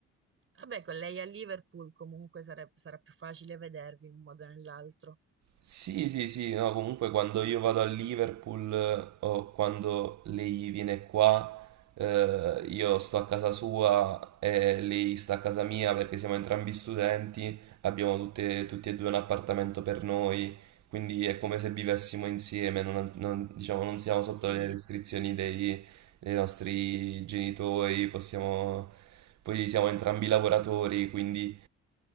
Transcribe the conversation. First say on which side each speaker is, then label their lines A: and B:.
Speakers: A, on the right; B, on the right.
A: Vabbè, con lei a Liverpool comunque sare- sarà più facile vedervi in un modo o nell'altro.
B: Sì, sì, sì, no, comunque quando io vado a Liverpool eh, o quando lei viene qua, eh, io sto a casa sua e lei sta a casa mia perché siamo entrambi studenti, abbiamo tutte- tutti e due un appartamento per noi, quindi è come se vivessimo insieme, non, non- diciamo, non siamo sotto
A: Sì,
B: le restrizioni dei, dei nostri genitori, possiamo, poi siamo entrambi lavoratori, quindi